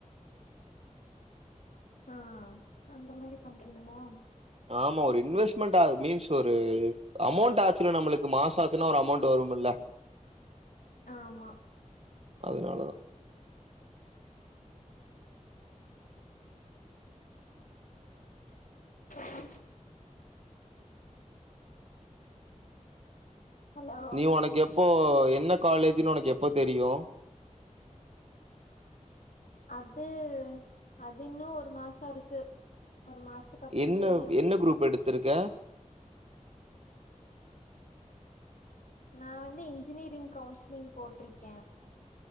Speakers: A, on the left (about 85°); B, on the right (about 50°).
A: ஆ அந்த மாதிரி பண்றீங்களா
B: ஆமா ஒரு இன்வெஸ்ட்மெண்ட் மீன்ஸ் ஒரு அமௌண்ட் ஆச்சில நம்மளுக்கு மாச ஆச்சுன்னா ஒரு அமௌண்ட் வரும்ல
A: ஆமா
B: அதனால தா
A: ஆ ஹலோ
B: நீ உனக் எப்போ என்ன காலேஜ்ன்னு உனக்கு எப்போ தெரியு
A: அது அது இன்னு ஒரு மாசோ இருக்கு ஒரு மாசத்துக்கு அப்புறோ
B: என்ன
A: தெரியு
B: என்ன குரூப் எடுத்திருக்க
A: நா வந்து இன்ஜினியரிங் கவுன்சிலிங் போட்ருக்கே